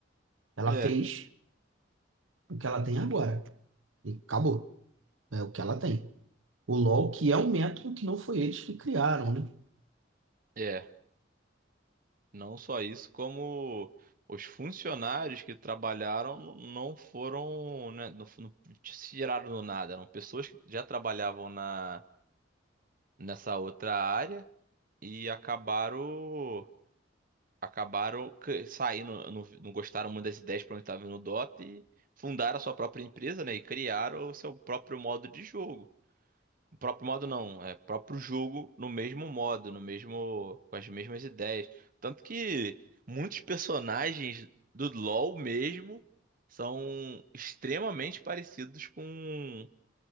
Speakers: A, on the right (about 85°); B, on the right (about 45°).
A: Ela
B: É.
A: fez o que ela tem agora. E acabou. É o que ela tem. O LoL, que é um método que não foi eles que criaram, né?
B: É. Não só isso, como os funcionários que trabalharam n- não foram, né, não, f- não se tiraram do nada. Eram pessoas que já trabalhavam na, nessa outra área e acabaram, acabaram c- saindo, não, não gostaram muito das ideias para onde estava indo o Dota e fundaram a sua própria empresa, né, e criaram o seu próprio modo de jogo. O próprio modo não, é próprio jogo no mesmo modo, no mesmo, com as mesmas ideias. Tanto que muitos personagens do LoL mesmo são extremamente parecidos com